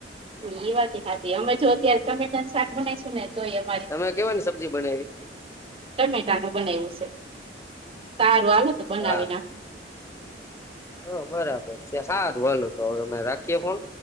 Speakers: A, on the right; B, on the left.
A: એ વાત ય હાચી હ અમે જો અત્યારે ટમેટાનું શાક બનાઈશું ને જો એમ.
B: તમે કેવાની સબ્જી બનાયવી?
A: ટમેટાનું બનાયવું છે, સારું હાલો તો બનાવી
B: હા
A: નાખું.
B: હ બરાબર છે સારુ હાલો તો હવે અમે રાખીએ ફૉન